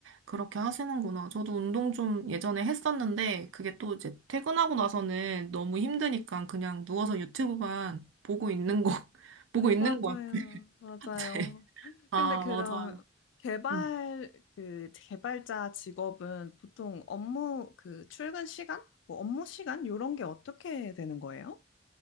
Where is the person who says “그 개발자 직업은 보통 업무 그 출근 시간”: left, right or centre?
Left